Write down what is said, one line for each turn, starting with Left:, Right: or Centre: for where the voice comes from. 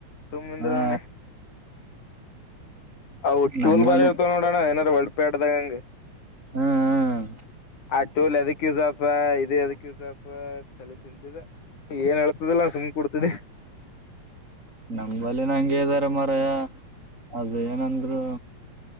Left: ಸುಮ್ನಿದ್ರೆ
Right: ಹಾ
Left: <inaudible> ಹವು ಟೂಲ್
Right: ನಂಬಲ್ಲಿ
Left: ಬಾರಿ ಇರ್ತವ ನೋಡೋಣ ಏನಾರ ಒಳಪೆ ಆಡ್ದಾಗಂಗಗೆ
Right: ಹ್ಮ್ ಹ್ಮ್
Left: ಆ ಟುಲ್ ಅದಕ್ ಯೂಸ್ ಆತ ಅದೆ ಯದಕ್ಕ ಸ್ವಲ್ಪ ತಲೆ ತಿಂತಿದ ಏನ್ ಹೇಳ್ತದಲ್ಲ ಸುಮ್ ಕುಡ್ತದೆ
Right: ನಮ್ಮಲ್ಲಿನ ಹಂಗೆ ಇದ್ದಾರ ಮರಯ ಅದೇ ಏನಂದ್ರೆ